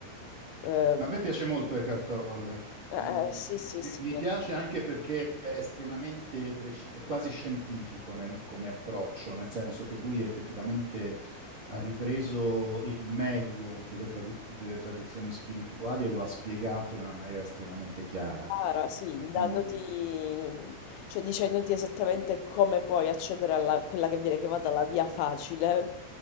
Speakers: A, on the left; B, on the right.
A: eh,
B: Ma A me piace molto Eckhart Tolle.
A: eh,
B: Mm,
A: eh, sì, sì,
B: Mi
A: sì,
B: mi piace anche perché è estremamente preciso, quasi scientifico nel- come approccio, nel senso che lui effettivamente ha ripreso il meglio delle, tradu- delle tradizioni spirituali e lo ha spiegato in una maniera estremamente chiara.
A: Cara, sì,
B: E quindi,
A: dandoti, cioè dicendoti esattamente come puoi accedere a quella che viene chiamata la via facile,